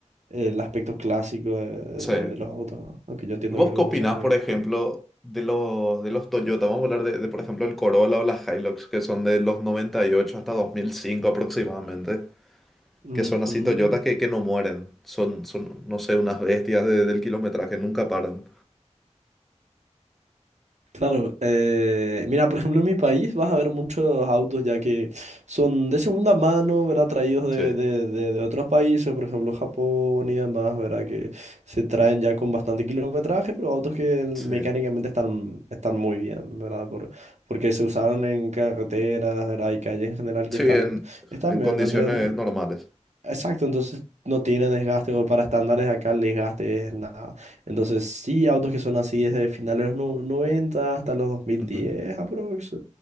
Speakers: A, on the right; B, in the centre.
A: el aspecto clásico de, de-
B: Sí.
A: de los autos, aunque yo entiendo
B: ¿Vos
A: que algunos
B: qué opinás,
A: son muy
B: por
A: icónicos.
B: ejemplo, de los, de los Toyota? Vamos a hablar de, de, por ejemplo, el Corolla o las Hilux, que son de los 98 hasta 2005 aproximadamente,
A: Ujú.
B: que son así Toyotas que, que no mueren. Son, son, no sé, unas bestias de- del kilometraje, nunca paran.
A: Claro, eh, mira, por ejemplo, en mi país vas a ver muchos autos ya que son de segunda mano, ¿verdad? Traídos de,
B: Sí,
A: de- de- de otros países, por ejemplo, Japón y demás, ¿verdad? Que se traen ya con bastante kilometraje, pero autos que mecánicamente
B: sí.
A: están, están muy bien, ¿verdad? Por, porque se usaron en carreteras, ¿verdad? Y calles en general que
B: Sí,
A: están,
B: en,
A: están
B: en
A: bien.
B: condiciones
A: Entonces,
B: normales.
A: Exacto, entonces no tiene desgaste o para estándares de acá el desgaste es nada. Entonces sí, autos que son así desde finales de los no- 90 hasta los 2010
B: Ujú,
A: aprox,